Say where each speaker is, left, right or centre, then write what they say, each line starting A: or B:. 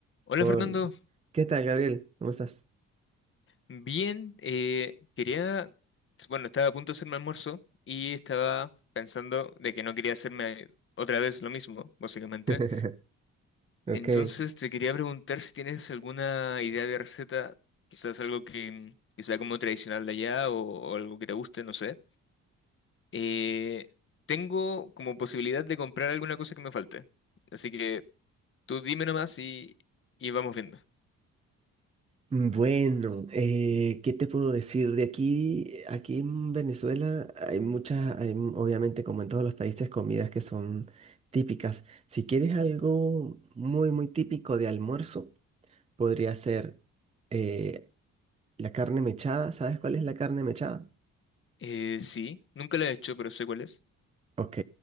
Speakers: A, on the left; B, on the right.
A: Hola
B: Hola.
A: Fernando,
B: ¿Qué tal, Gabriel? ¿Cómo estás?
A: bien, eh, quería, bueno, estaba a punto de hacerme almuerzo y estaba pensando de que no quería hacerme otra vez lo mismo, básicamente.
B: <laughs> Ok.
A: Entonces
B: Eh,
A: te quería preguntar si tienes alguna idea de receta, quizás algo que, que sea como tradicional de allá o, o algo que te guste, no sé. Eh, tengo como posibilidad de comprar alguna cosa que me falte, así que tú dime nomás y, y vamos viendo.
B: bueno, eh, ¿qué te puedo decir? De aquí, aquí en Venezuela hay muchas, hay, m- obviamente como en todos los países, comidas que son típicas. Si quieres algo muy, muy típico de almuerzo, podría ser eh, la carne mechada. ¿Sabes cuál es la carne mechada?
A: Eh, sí, nunca la he hecho, pero sé cuál es.
B: Ok,